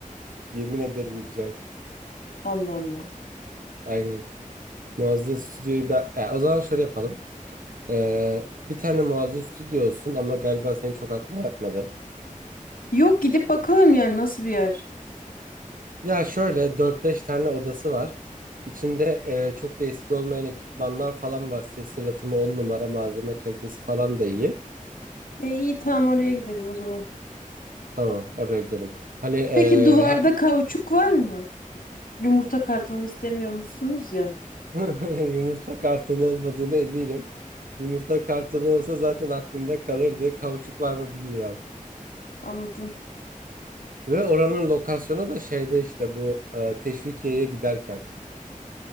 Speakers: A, on the right; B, on the left.
A: Yemin ederim güzel.
B: Allah Allah.
A: Aynen. Muazzez Stüdyo'yu ben... E, o zaman şöyle yapalım. Ee, bir tane muazzez stüdyo olsun ama galiba senin çok aklına yatmadı.
B: Yok gidip bakalım yani nasıl bir yer.
A: Ya şöyle dört beş tane odası var. İçinde e, çok da eski olmayan ekipmanlar falan var. Ses yalıtımı 10 numara, malzeme kalitesi falan da iyi.
B: E iyi tamam oraya gidelim o zaman.
A: Tamam, oraya gidelim. Hani e,
B: Peki duvarda
A: ha-
B: kauçuk var mı? Yumurta kartonu istemiyormuşsunuz ya.
A: <laughs> yumurta kartonu olmadığına eminim. Yumurta kartonu olsa zaten aklımda kalırdı. Kauçuk var mı bilmiyorum.
B: Anladım.
A: Ve oranın lokasyonu da şeyde işte bu e, Teşvikiye'ye giderken.